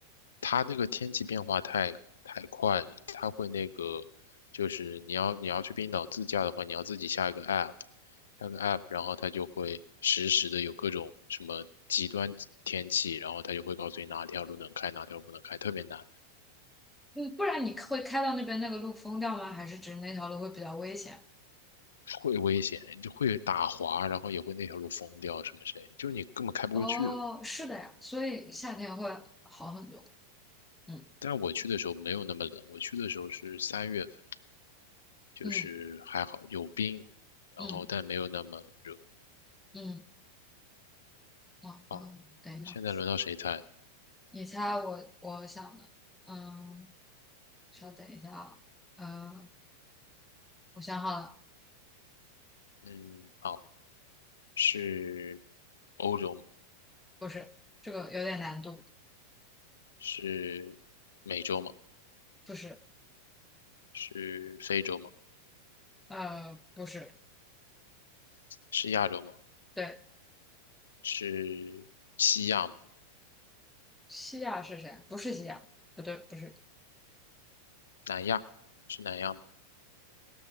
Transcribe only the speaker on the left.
它那个天气变化太太快了，它会那个，就是你要你要去冰岛自驾的话，你要自己下一个 app，下个 app，然后它就会实时的有各种什么极端天气，然后它就会告诉你哪条路能开，哪条路不能开，特别难。
会危险，就会打滑，然后也会那条路封掉什么之类的，就是你根本开不过去了。
但我去的时候没有那么冷，我去的时候是三月份，就是还好有冰，
然后但没有那么热。
哦，
现在轮到谁猜了？
嗯，好，是欧洲吗？
是美洲吗？
是非洲吗？
是亚洲吗？
是西亚吗？
南亚？是南亚吗？